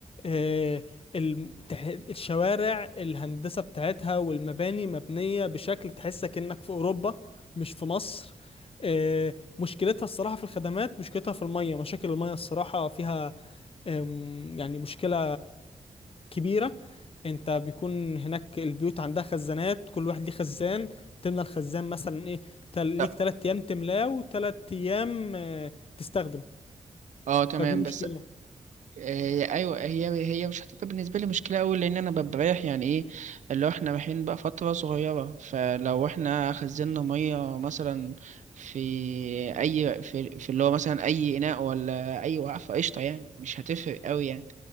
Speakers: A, on the left; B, on the right.
A: آه، الم- تح- الشوارع الهندسة بتاعتها والمباني مبنية بشكل تحسك انك في اوروبا مش في مصر آه، مشكلتها الصراحة في الخدمات مشكلتها في المية مشاكل المية الصراحة فيها آم، يعني مشكلة كبيرة انت بيكون هناك البيوت عندها خزانات كل واحد ليه خزان تملى الخزان مثلا ايه تل... ليك
B: لا
A: تلات ايام تملاه وتلات ايام آه، تستخدم
B: اه تمام
A: فدي مشكلة
B: بس آه، ايوه هي هي مش هتبقى بالنسبه لي مشكله قوي لان انا ببقى رايح يعني ايه اللي هو احنا رايحين بقى فتره صغيره فلو احنا خزنا ميه مثلا في اي في, في اللي هو مثلا اي اناء ولا اي وقفه قشطه يعني مش هتفرق قوي يعني